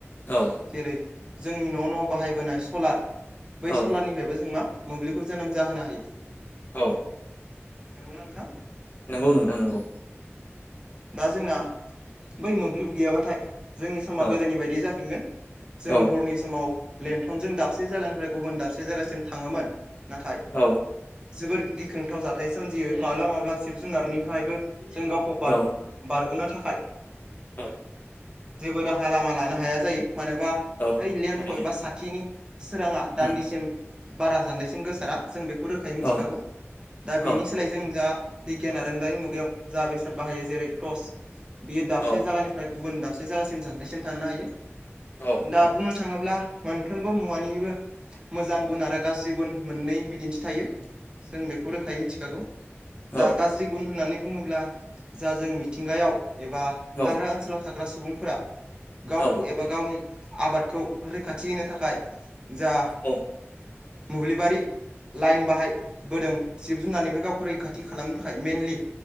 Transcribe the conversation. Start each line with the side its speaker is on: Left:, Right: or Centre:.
Left: औ
Right: जेरै जोंनि न' न' बाहायबोनाय सलार बै
Left: औ
Right: सलारनिफ्रायबो जों मा मोब्लिबखौ जोनोम जाहोनो हायो।
Left: औ
Right: नंगौना नोंथां
Left: नंगौ नोंथां नंगौ।
Right: दा जोंना बै मोब्लिब गैयाबाथाय जोंनि समा
Left: औ
Right: गोदोनि बायदि जाफिनगोन।
Left: औ
Right: जोङो हरनि समाव लेन्थनजों दाबसे जायगानिफ्राय गुबुन दाबसे जायगासिम थाङोमोन नाथाय
Left: औ
Right: जोबोर गिख्रंथाव जाथाय सोमजियो माब्लाबा माब्लाबा जिब जुनारनिफ्रायबो जों गावखौ बा
Left: औ
Right: रग'नो थाखाय
Left: औ
Right: जेबो राहा लामा लानो हाया जायो मानोबा
Left: औ
Right: ओइ लेन्थ'
Left: थारैनो
Right: एबा साथिनि सोराङा
Left: उम
Right: दान्दिसिम बारा जान्दैसिम गोसारा जों बेखौ रोखायै मिथिखागौ।
Left: औ
Right: दा
Left: औ
Right: बेनि सोलाय जों जा बिगियान आरोंदारि मुगायाव जा बेसाद बाहायो जेरै टर्च बियो दाबसे
Left: औ
Right: जागानिफ्राय गुबुन दाबसे जागासिम जान्थायसिम थांनो हायो
Left: औ औ
Right: दा बुंनो थाङोब्ला मोनफ्रोमबो मुवानिबो मोजां गुन आरो गाज्रि गुन मोननै बिदिन्थि थायो। जों बेखौ रोखायै मिथिखागौ
Left: औ
Right: दा गाज्रि गुन होननानै बुङोब्ला जा जों मिथिंगायाव एबा
Left: नोंथां
Right: हाग्रा ओनसोलाव थाग्रा सुबुंफोरा गावखौ
Left: औ
Right: एबा गावनि आबादखौ रैखाथि होनो थाखाय जा
Left: औ
Right: मोब्लिबारि लाइन बाहायबोदों जिब जुनारनिफ्राय गावखौ रैखाथि खालामनो थाखाय मेनलि